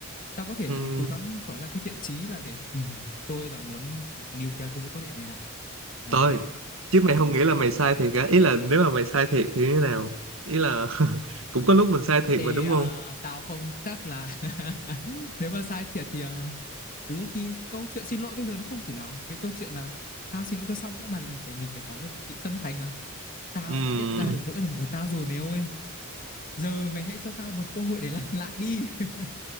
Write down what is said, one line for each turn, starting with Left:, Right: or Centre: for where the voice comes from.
Left: Tao có thể
Right: ừ
Left: cố gắng tỏ ra cái thiện chí là để ừ, tôi là muốn níu kéo cái mối quan hệ này lại. Đấy.
Right: Tôi chứ
Left: Đó là
Right: mày
Left: ừ,
Right: không nghĩ là mày sai thiệt á ý là nếu mà mày sai thiệt thì như thế nào ý là <laughs> cũng có lúc mình sai thiệt
Left: Ê,
Right: mà đúng
Left: à,
Right: không
Left: tao không chắc là <laughs> nếu mà sai thiệt thì à, ừ thì câu chuyện xin lỗi bây giờ nó không chỉ là cái câu chuyện là tao xin lỗi cho xong nữa mà là phải mình phải tỏ ra sự chân thành là tao
Right: Ừm,
Left: đã nhận ra được lỗi lầm của tao rồi mày ơi giờ mày hãy cho tao một cơ hội để làm lại đi <laughs>